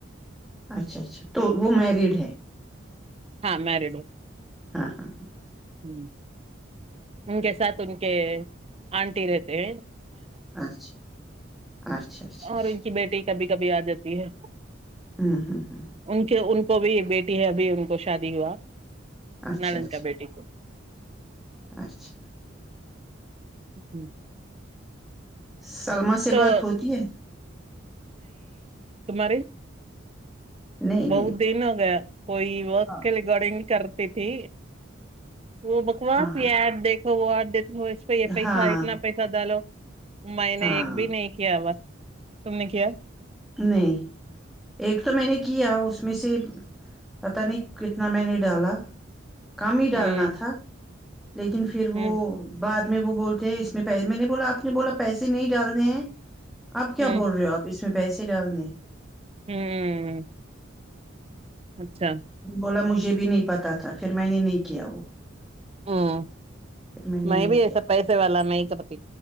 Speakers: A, in the centre; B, on the right.
A: اچھا اچھا تو وہ میریڈ ہے
B: ہاں مریڈ
A: ہاں ہاں ہاں
B: <inaudible> ان کے ساتھ ان کے آنٹییرتے
A: اچھا اچھا اچھا اچھا
B: اور ان کی بیٹی کبھی کبھی آ جاتی ہے
A: ہاں ہاں ہاں ہاں
B: ان کے ان کو بھی ایک بیٹی ہے ابھی ان کو شادی ہوا
A: اچھا
B: نالند
A: اچھا
B: کا بیٹی کو
A: اچھا
B: <unintelligible>
A: سللما سے
B: تو
A: بات ہوتی ہے
B: تمہاریے
A: نہیں نہیں
B: بہت دن ہو گیا کوئی وق
A: ہاں
B: کے ریگارڈنگ کرتی تھی وہ بکواس
A: ہاں
B: بھی دیکھ ہو آڈ ہوش پائی یہ پیسہ
A: ہاں
B: ہے اتنا پیسہ دالو میں نے
A: ہاں
B: ایک بھی نہیں کیا بس تم نے کیا <unintelligible>
A: نہیں ایک تو میں نے کیا اس میں سے پتا نہیں کتنا میں نے ڈالا کام ہی ڈالنا
B: ہوں
A: تھا لیکن پھر وہ
B: ہوں
A: بعد میں وہ بولتے ہیں اس میں پہلے میں نے بولا آپ آپ نے بولا پیسے نہیں ڈالنے ہیں آپ کیا
B: ہوں
A: بول رہے ہو آپ اس میں س ڈل نے
B: ہوں اچھا
A: بولا مجھے بھی نہیں پتا تھا پھر میں نے نہیں کیا وہ
B: ہاں <unintelligible>
A: پھر نے
B: میں
A: نہیں
B: بھی ایسا
A: کیا
B: پیسے والا میں تو بتا